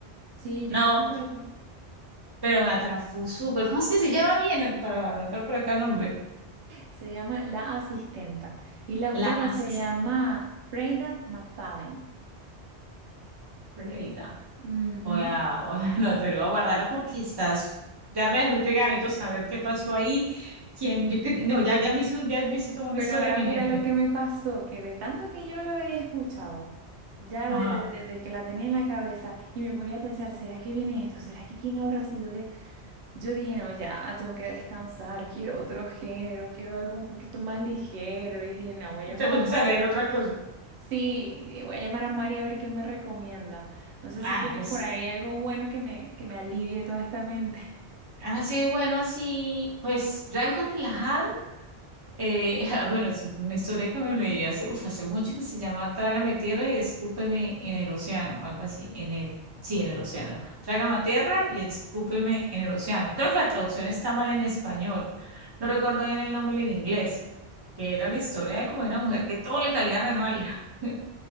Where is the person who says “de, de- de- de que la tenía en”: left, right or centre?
Right